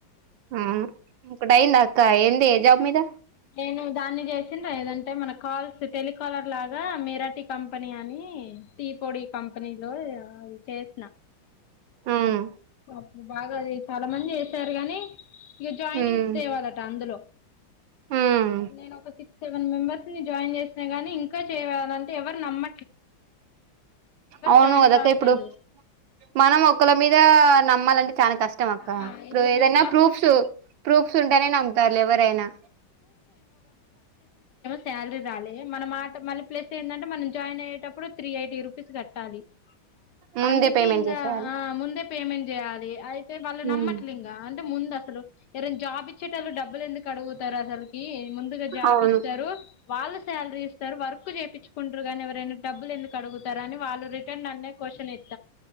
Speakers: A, on the right; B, on the left.
A: ఆ ఇ కూడా అయింద అక్క ఏంది ఎ జాబ్ మీద
B: నేను దాన్ని చేసిన ఏదంటే మన కాల్స్ టెలికాలర్ లాగా, మేరాటి కంపెనీ అని టీ పొడి కంపెనీలో అ చేసిన
A: అవును
B: అప్పుడు బాగాది చాలా మంది చేసారు కానీ ఇక జాయినింగ్స్
A: ఉమ్
B: తేవాలట అందులో
A: ఉమ్
B: నేను ఒక సిక్స్ సెవెన్ మెంబెర్స్ ని జాయిన్ చేసినా గాని ఇంకా చేయాలంటే ఎవరు నమ్మ
A: అవును
B: జాయిన్
A: కదక
B: కావట్లేదు
A: ఇప్పుడు మనం ఒకళ్ళ మీద నమ్మాలంటే చాలా కష్టం అక్క
B: ఆ,
A: ఇప్పుడు
B: ఇక
A: ఏదైనా ప్రూఫ్స్ ప్రూఫ్స్ ఉంటేనే క లేవరైనా
B: సాలరీ రాలే మనం మాట మళ ప్లస్ ఏంటంటే మనం జాయిన్ అయ్యేటప్పుడు త్రీ ఎయిటీ రూపీస్ కట్టాలి
A: ముందే
B: అందుకే
A: పేమెంట్
B: ఇంగ
A: చేసేయాలి
B: ముందే పేమెంట్ జాలే అ వాళ్ళు నమ్మట్లే
A: ఉమ్
B: ఇంకా అంటే ముందు అసలు ఎరైనా జాబ్ ఇచ్చే వాళ్ళు డబ్బులెందుకు అడగు తర్ అసలుకి ముందుగా జాబ్
A: అవును
B: ఇస్తారు వాళ్ళు శాలరీ ఇస్తారు వర్క్ చేయించు కుంటురు కానీ ఎవరైనా డబ్బులు ఎందుకు అడుగుతార అ వాళ్ళ రిటర్న్ నన్నే క్వషనే